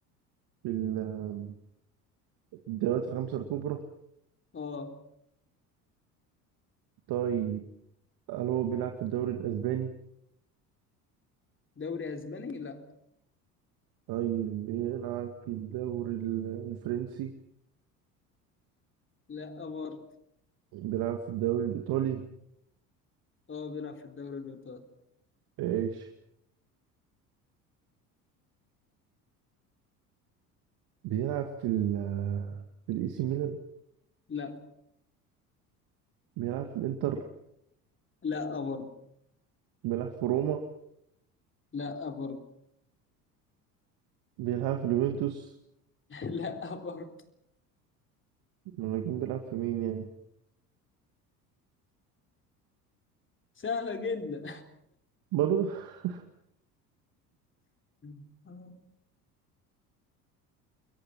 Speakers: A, on the right; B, on the left.
A: في ال- في الدوريات الخمسة الكبرى؟
B: اه
A: طيب هل هو بيلعب في الدوري الأسباني؟
B: دوري اسباني لا
A: طيب بيلعب في الدوري ال- الفرنسي؟
B: لا برضه
A: بيلعب في الدوري الإيطالي؟
B: اه بيلعب في الدوري الايطالي
A: إيش بيلعب في ال في الإي سي ميلان؟
B: لا
A: بيلعب في الإنتر؟
B: لا برضه
A: بيلعب في روما؟
B: لا برضه
A: بيلعب في اليوفنتوس؟
B: <laughs> لا برضه
A: ما يكون بيلعب في مين يعني؟
B: سهلة جدا
A: برضه <laughs>
B: <laughs>